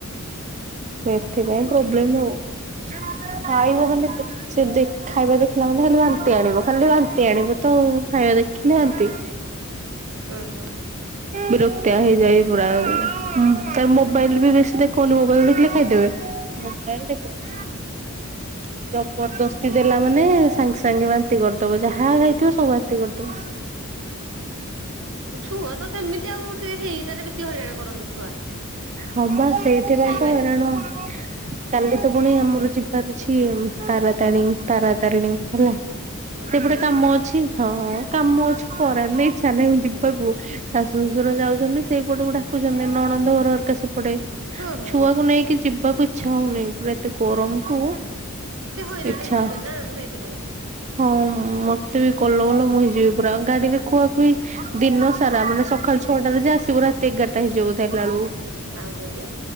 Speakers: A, on the right; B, on the right.
A: ସେଥିପାଇଁ ପ୍ରୋବ୍ଲେମ ହଉ, ଖାଇବ
B: ହୁଁ
A: ମାନେ ସେ ଦେ ଖାଇବା ଦେଖିଲା ମାନେ ଖାଲି ବାନ୍ତି ଆଣିବ, ଖାଲି ବାନ୍ତି ଆଣିବ ତ ଆଉ ଖାଇବା ଦେଖିଲେ ବାନ୍ତି।
B: ହୁଁ ହୁଁ।
A: ବିରକ୍ତିଆ ହେଇଯାଏ ପୁରା, ତାର ମୋବାଇଲ ବି ବେଶୀ ଦେଖାଉନି, ମୋବାଇଲ ଦେଖିଲେ ଖାଇଦେବେ। <unintelligible>
B: <unintelligible>
A: ଜବରଦସ୍ତି ଦେଲା ମାନେ ସାଙ୍ଗେ ସାଙ୍ଗେ ବାନ୍ତି କରିଦବ ଯାହା ଖାଇଥିବ ସବୁ ବାନ୍ତି କରିଦବ।
B: ଛୁଆ ତ ସେମିତି ଆଉ, ସେ ହେଇଟାରେ ବେଶୀ ହଇରାଣ କରନ୍ତି ଛୁଆ।
A: ହଁ ବା ସେଇଥିପାଇଁ
B: ଖାଇବାରେ
A: ତ ହଇରାଣ। କାଲି ତ ପୁଣି ଆମର ଯିବାର ଅଛି ତାରାତାରଣୀ, ତାରାତାରିଣୀ ହେଲା। ସେପଟେ
B: ବୁଲିବା ପାଇଁ
A: କାମ ଅଛି, ହଁ କାମ ଅଛି ଖରାରେ ନାଇଁ ଇଚ୍ଛା ନାହିଁ ଯିବାକୁ ଶାଶୁ ଶ୍ୱଶୁର ଯାଉଛନ୍ତି ସେଇପଟକୁ ଡାକୁଛନ୍ତି ନଣନ୍ଦ ଘର ସେପଟେ
B: ହଁ ହଁ
A: ଛୁଆକୁ
B: ହଁ
A: ନେଇକି ଯିବାକୁ ଇଚ୍ଛା ହଉନି ପୁରା ଏତେ ଗରମ କୁ
B: ସେ ହଇରାଣ
A: ଇଚ୍ଛା
B: ହେଇଯିବେ ନା ସେଇଥିପାଇଁ।
A: ହଁ ମତେ ବି କଲ ବଲ ମୁଁ ହେଇଯିବି ପୁରା, ଗାଡିରେ ଖୁଆଖୁଇ ଦିନ ସାରା ମାନେ ସକାଳ ଛଅଟାରେ ଯେ ଆସିବୁ ରାତି ଏଗାରଟା ହେଇଯିବ ଆସିଲା ବେଳକୁ
B: ଆଉ ଯଦି?